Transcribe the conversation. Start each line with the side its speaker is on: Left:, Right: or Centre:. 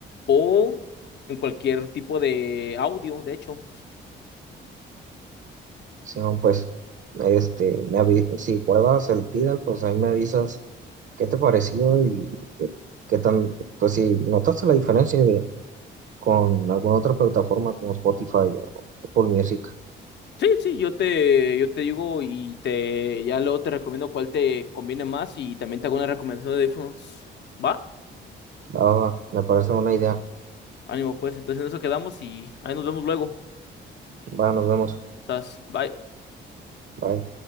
Left: o en cualquier tipo de audio, de hecho,
Right: Simón, pues, este, me avi- si pruebas el Tidal, pues ahí me avisas qué te pareció y qué tan, pues si notaste la diferencia de con alguna otra plataforma como Spotify o Apple Music.
Left: Sí, sí, yo te, yo te digo y te, ya luego te recomiendo cuál te conviene más y también te hago una recomendación de audífonos. ¿Va?
Right: Va, va, va, me parece una idea.
Left: Ánimo, pues. Entonces en eso quedamos y ahí nos vemos luego.
Right: Va, nos vemos.
Left: Sas, bye.
Right: Bye.